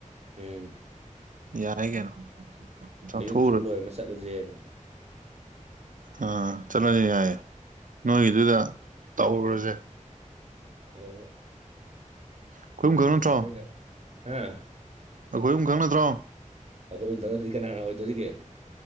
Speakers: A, on the right (about 50°); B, on the right (about 75°).
A: ꯎꯝ
B: ꯌꯥꯔꯦ ꯀꯩꯅꯣ ꯆꯥꯊꯣꯛꯎꯔ
A: ꯑꯌꯨꯛ ꯁꯨꯝ ꯂꯣꯏꯔꯝꯃ ꯆꯠꯂꯖꯦꯅ
B: ꯑꯥ ꯆꯠꯂꯖꯦ ꯌꯥꯏꯌꯦ ꯅꯣꯏꯒꯤꯗꯨꯗ ꯇꯧꯔꯨꯔꯖꯦ
A: ꯍꯣꯍꯣꯏ
B: ꯑꯩꯈꯣꯏ
A: <unintelligible>
B: ꯑꯍꯨꯝ ꯈꯛ ꯅꯠꯇ꯭ꯔꯣ
A: ꯍꯥ
B: ꯑꯩꯈꯣꯏ ꯑꯍꯨꯝ ꯈꯛ ꯅꯠꯇ꯭ꯔꯣ
A: ꯑꯩꯈꯣꯏ ꯑꯍꯨꯝꯇꯪ ꯅꯠꯇ꯭ꯔꯗꯤ ꯀꯅꯥ ꯑꯣꯏꯗꯣꯏꯔꯤꯒꯦ